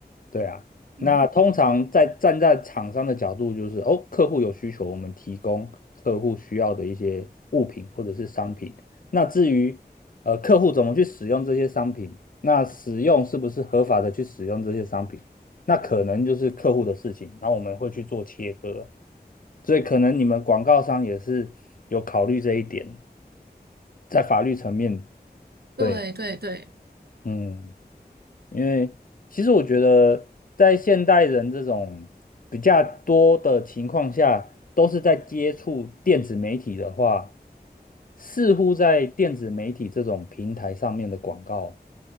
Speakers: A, on the left; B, on the right.
A: 对啊，那通常在站在厂商的角度，
B: 嗯，
A: 就是哦，客户有需求，我们提供客户需要的一些物品或者是商品。那至于呃客户怎么去使用这些商品，那使用是不是合法的去使用这些商品，那可能就是客户的事情，然后我们会去做切割。所以可能你们广告商也是有考虑这一点，在法律层面，
B: 对对对。
A: 对，嗯。因为其实我觉得，在现代人这种比较多的情况下，都是在接触电子媒体的话，似乎在电子媒体这种平台上面的广告